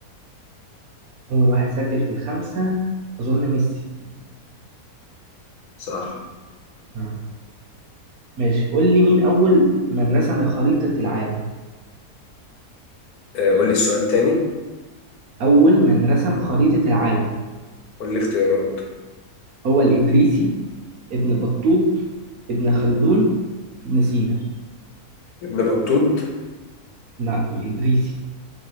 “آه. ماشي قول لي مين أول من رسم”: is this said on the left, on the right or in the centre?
Right